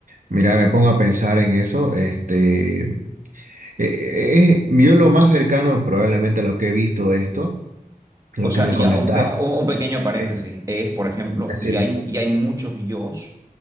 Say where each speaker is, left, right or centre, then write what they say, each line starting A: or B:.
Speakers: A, on the right; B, on the right.
A: mira, me pongo a pensar en eso. Este, eh, eh, yo lo más cercano probablemente a lo que he visto esto, de
B: O
A: lo
B: sea,
A: que me
B: ya
A: comentás,
B: un, pe- un- un pequeño paréntesis
A: eh,
B: es, por ejemplo,
A: decirle,
B: y hay, y hay muchos yos,